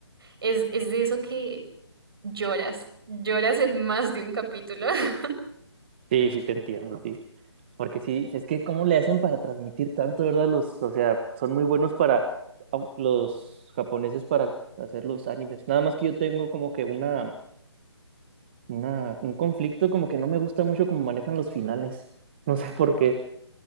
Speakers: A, on the right; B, on the right.
A: es, es de eso que lloras, lloras en más de un capítulo. <laughs>
B: Sí, sí, te entiendo, sí. Porque sí, es que cómo le hacen para transmitir tanto, ¿verdad? Los, o sea, son muy buenos para au- los japoneses para hacer los animes. Nada más que yo tengo como que una, una, un conflicto como que no me gusta mucho cómo manejan los finales. <laughs> No sé por qué.